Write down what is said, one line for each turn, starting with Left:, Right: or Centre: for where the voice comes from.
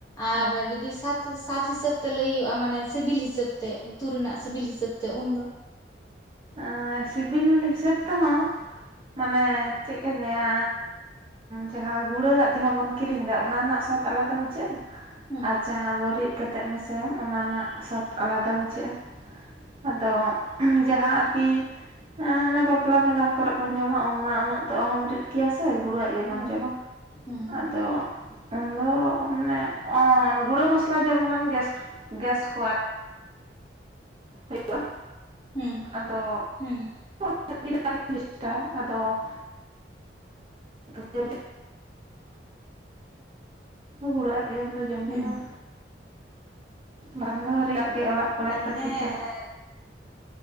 Left: ᱟᱨ
Right: ᱦᱳᱭ
Left: ᱡᱩᱫᱤ ᱥᱟᱛ- ᱥᱟᱛ ᱦᱤᱥᱟᱹᱵᱽ ᱛᱮ ᱞᱟᱹᱭ ᱦᱩᱭᱩᱜ-ᱟ, ᱢᱟᱱᱮ ᱥᱤᱵᱤᱞ ᱦᱤᱥᱟᱹᱵᱽ ᱛᱮ ᱩᱛᱩ ᱨᱮᱱᱟᱜ ᱥᱤᱵᱤᱞ ᱦᱤᱥᱟᱹᱵᱽ ᱛᱮ ᱩᱱᱫᱚ᱾
Right: ᱟᱸ ᱥᱤᱵᱤᱞ ᱦᱤᱥᱟᱹᱵᱽ ᱛᱮᱦᱚᱸ ᱢᱟᱱᱮ ᱪᱮᱫ ᱞᱮᱠᱟᱧ ᱞᱟᱹᱭᱟ ᱡᱟᱦᱟᱸ ᱜᱩᱲᱟᱹᱣᱟᱜ ᱡᱟᱦᱟᱸ ᱵᱚᱱ ᱠᱤᱨᱤᱧ ᱮᱫᱟ ᱚᱱᱟ ᱨᱮᱱᱟᱜ ᱥᱟᱛ ᱟᱞᱟᱫᱟ ᱵᱩᱡᱷᱟᱹᱜ-ᱟ
Left: ᱦᱮᱸ
Right: ᱟᱨ ᱡᱟᱦᱟᱸ ᱵᱚ ᱨᱤᱫ- ᱠᱟᱛᱮᱫ ᱢᱮᱥᱟᱭᱟᱢ, ᱚᱱᱟ ᱨᱮᱱᱟᱜ ᱥᱟᱫ ᱟᱞᱟᱫᱟ ᱵᱩᱡᱷᱟᱹᱜ-ᱟ, ᱟᱫᱚ ᱡᱟᱦᱟᱸ ᱟᱨᱠᱤ ᱚᱱᱟ ᱵᱟᱯᱞᱟ ᱵᱷᱟᱸᱰᱟᱱ ᱠᱚᱨᱮᱫ ᱵᱚᱱ ᱡᱚᱢᱟ ᱩᱱᱢᱟ ᱩᱱᱟᱹᱜ ᱫᱚ ᱟᱦᱚᱢ ᱨᱤᱫ ᱠᱮᱭᱟ ᱥᱮ ᱜᱩᱲᱟᱹᱣᱟᱜ ᱜᱮᱵᱚᱱ
Left: ᱦᱳᱭ
Right: ᱡᱚᱢᱟ᱾
Left: ᱦᱩᱸ
Right: ᱟᱫᱚ ᱩᱱᱫᱚ ᱢᱟᱱᱮ ᱜᱩᱲᱟᱹ ᱢᱚᱥᱞᱟ ᱡᱚᱢ ᱞᱮᱠᱷᱟᱱ ᱜᱮ ᱜᱮᱥᱴ ᱜᱮᱥ ᱠᱚ ᱟᱨ- <inaudible> ᱦᱩᱭᱩᱜ-ᱟ
Left: ᱦᱩᱸ
Right: ᱟᱫᱚ᱾
Left: ᱦᱩᱸ
Right: <inaudible> ᱟᱫᱚ <inaudible> ᱜᱩᱲᱟᱹᱣᱟᱜ ᱜᱮ ᱩᱱ ᱫᱚ ᱡᱚᱢ
Left: ᱦᱩᱸ
Right: ᱦᱩᱭᱩᱜ-ᱟ᱾ ᱵᱟᱝ ᱫᱚ ᱨᱤᱫ ᱨᱮᱭᱟᱜ ᱜᱮ ᱚᱲᱟᱜ ᱠᱚᱨᱮ
Left: ᱛᱟᱨ
Right: ᱫᱚ
Left: ᱢᱟᱱᱮ
Right: ᱴᱷᱤᱠᱟ
Left: ᱮᱸ